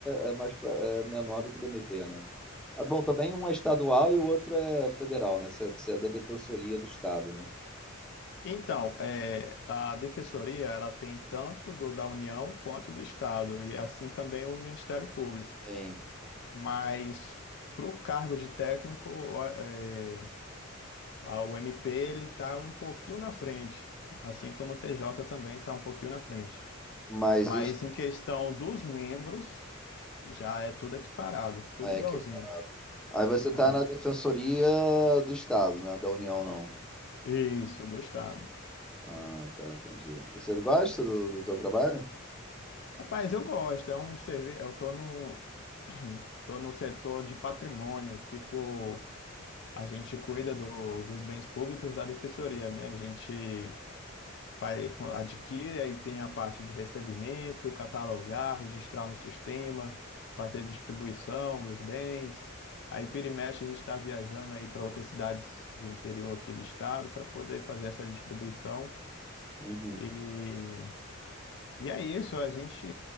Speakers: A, in the centre; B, on the left (about 55°).
A: é mais pra- é menor do que do MP, né? Ah, bom, também um é estadual e o outro é federal, né? Você é você é da defensoria do estado, né?
B: Então, é, a defensoria, ela tem tanto do, da União quanto do Estado, e assim também o Ministério Público.
A: Sim,
B: Mas, para o cargo de técnico, ó, é, a- o MP, ele está um pouquinho na frente, assim como o TJ também está um pouquinho na frente.
A: mas
B: Mas
A: isso
B: em questão dos membros, já é tudo equiparado, tudo
A: é
B: igualzinho.
A: que aí você tá
B: É.
A: na defensoria do Estado, né? Da União não.
B: Isso, do Estado.
A: Ah, tá, entendi. Você gosta do, do teu trabalho?
B: Rapaz, eu gosto, é um serviço. Eu tô no, <clears throat> tô no setor de patrimônio, fico. A gente cuida do, dos bens públicos da defensoria, né? A gente vai, co- adquire, aí tem a parte de recebimento, catalogar, registrar no sistema, fazer distribuição dos bens. Aí vira e mexe, a gente está viajando aí para outras cidades do interior aqui do estado para poder fazer essa distribuição.
A: Uhum.
B: E, e é isso, a gente